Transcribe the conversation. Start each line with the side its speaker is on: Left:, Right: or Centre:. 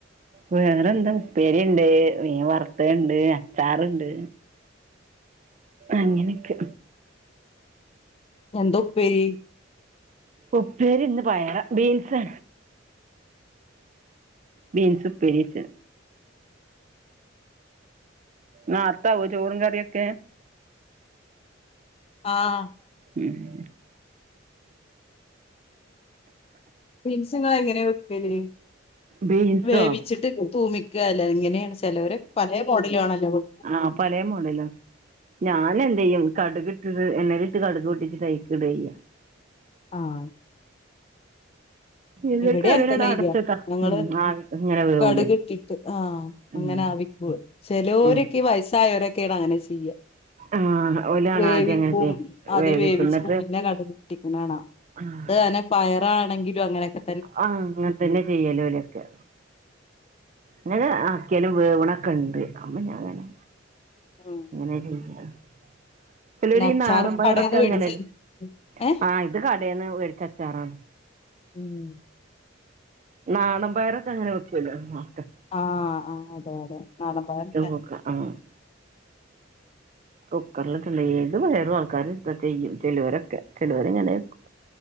Right: വേറെന്ത ഉപ്പേരി ഇണ്ട്, മീൻ വർത്തത് ഇണ്ട്, അച്ചാറുണ്ട് അങ്ങനെക്കെ
Left: എന്താ ഉപ്പേരി?
Right: ഉപ്പേരി ഇന്ന് പയറ് ബീൻസ് ബീൻസ് ഉപ്പേരി വെച്ച് നാർതാവോ ചോറും കറിയൊക്കെ?
Left: ആഹ്
Right: ഉം
Left: ബീൻസ് ഇങ്ങള് എങ്ങനെ വെക്കല്
Right: ബീൻസോ
Left: വേവിച്ചിട്ട് തൂമിക്കല്ലേ എങ്ങനെണ്? ചെലോര് പലെ മോഡലു ആണല്ലോ വെ
Right: ആഹ് പലെ മോഡല ഞാന് എന്തയ്യും കടക് ഇട്ടിട്ട് എണ്ണയിൽ ഇട്ട് കടുക് പൊട്ടിച്ചിട്ട് അയ്ക്കിട ചെയ്യ
Left: ആഹ്
Right: എന്നിട്ട്
Left: ഇവടെ
Right: അതിനടെ
Left: അങ്ങൻ തന്നെ ചെയ്യാ
Right: അടച്ചക്കാ
Left: ഞങ്ങള്
Right: ഉം ആവിക്ക് ഇങ്ങനെ വേവൂലേ
Left: കടുക് ഇട്ടിട്ട് ആഹ് അങ്ങനെ
Right: ഉം
Left: ആവിക്കൂ പോ ചെലോരൊക്കെ
Right: ഉം
Left: വയസ്സായോരൊക്കെ ആണ് അങ്ങനെ ചെയ്യ
Right: ആഹ് ഓലാണ്
Left: വേവിക്കും
Right: ആദ്യം അങ്ങനെ ചെയ്യ
Left: അത്
Right: വേവിക്കും
Left: വേവിച്ച്
Right: ന്നിട്ട്
Left: പിന്നെ കടുക് പൊട്ടിക്ക്ണ കാണാ
Right: ആഹ്
Left: ത് അങ്ങനെ പയറാണെങ്കിലും അങ്ങനെക്കെ
Right: ആഹ് അങ്ങൻത്തന്നെ ചെയ്യല് ഓലക്കെ ഇങ്ങനെ ആക്കിയാലും വേവ്ണൊക്കെ ഇണ്ട് അമ്മ ഞാങ്ങനെ
Left: <unintelligible>
Right: <unintelligible> ചെലോല്
Left: പിന്നെ
Right: ഈ
Left: അച്ചാറ്
Right: നാടൻ പയറൊക്കെ
Left: കടേന്ന് മേടിച്ച
Right: ഇങ്ങനെല്ലേ
Left: ഏഹ്
Right: ആഹ് ഇത് കടേന്ന് മേടിച്ച അച്ചാറാണ്
Left: ഉം
Right: നാടൻ പയറോക്കെ അങ്ങനെ വെക്കൂല്ലൊ നോക്ക
Left: ആഹ് ആഹ് അതെ അതെ നാടൻ പയറ്
Right: വെക്ക ആഹ് കുക്കർല് ഇട്ടിട്ട്ണ്ടങ്കി ഏത് പയറും ആൾക്കാര് ഇത്ത ചെയ്യും ചെലോരൊക്കെ ചെലോര് ഇങ്ങനെക്കും